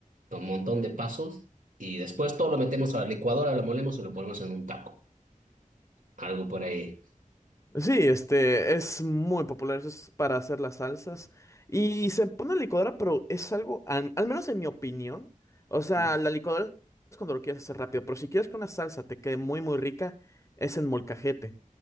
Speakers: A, on the right (about 70°); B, on the left (about 20°).
A: con un montón de pasos. Y después todo lo metemos a la licuadora, lo molemos y lo ponemos en un taco. Algo por ahí.
B: Sí, este es muy popular, eso es para hacer las salsas. Y se pone a la licuadora, pero es algo, al, al menos en mi opinión, o sea,
A: Sí.
B: la licuadora es cuando lo quieres hacer rápido, pero si quieres que una salsa te quede muy, muy rica, es en molcajete.